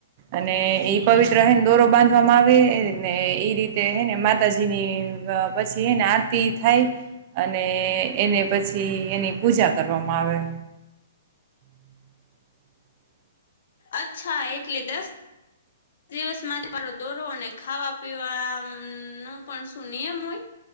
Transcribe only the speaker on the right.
અને એ પવિત્ર હે દોરો બાંધવામાં આવે ને એઈ રીતે હે ને માતાજી ની પછી હે ને આરતી થાય અને એને પછી એની પૂજા કરવામાં આવે <inaudible>